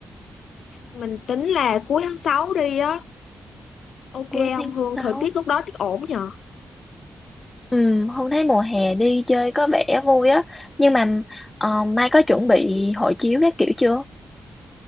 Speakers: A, on the left (about 80°); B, on the left (about 25°).
A: mình tính là cuối tháng 6 đi á ok
B: Cuối tháng
A: không Hương
B: 6.
A: thời tiết lúc đó tiết ổn nhờ
B: Ừ, Hùng thấy mùa hè đi chơi có vẻ vui á nhưng mà ờ, Mai có chuẩn bị hộ chiếu các kiểu chưa?